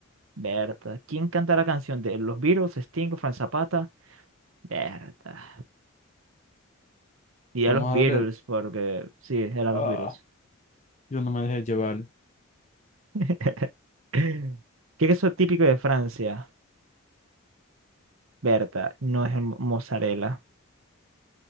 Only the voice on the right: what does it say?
Berta. ¿Quién canta la canción de los Beatles, Sting, Frank Zapata? Berta. Y a
los Beatles,
porque sí, eran
los Beatles.
<laughs> ¿Qué es eso típico de Francia? Berta, no es el mo- mozzarella.